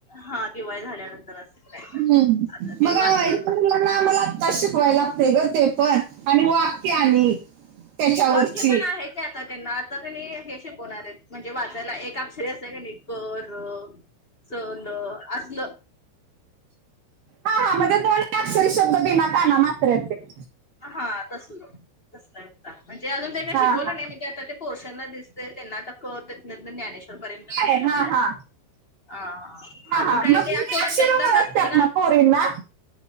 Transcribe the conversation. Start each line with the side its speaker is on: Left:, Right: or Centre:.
Left: हा दिवाळी झाल्यानंतर असंच काहीतरी
Right: हम्
Left: आता ते
Right: मग
Left: वाचन
Right: मुलांना
Left: वगैरे
Right: आ मला आता शिकवाय लागते ग ते पण आणि वाक्य आणि त्याच्यावरची
Left: वाक्य पण आहे आता त्यांना आता कनी हे शिकवणार आहे म्हणजे वाचायला एक अक्षरी अस आहे का नाही क, र. च, ल असलं.
Right: हा हा म्हणज दोन अक्षर शब्द बीना काना मात्र असे.
Left: हा तसल तसलं आता म्हणजे अजून ते काही
Right: हा
Left: शिकवलं
Right: हा
Left: नाही म्हणज ते आता ते पोरशांना दिसते त्यांना आता क ज्ञानेश्वर पर्यंतच
Right: आहे
Left: घ्यायला
Right: हा
Left: लागल्यात.
Right: हा
Left: आ हा.
Right: हा
Left: अजून
Right: हा
Left: काही
Right: मग
Left: ते
Right: मेन
Left: आठवड्यातनं
Right: अक्षर
Left: एकदाच
Right: ओळखतात
Left: असतंय
Right: ना पोरींना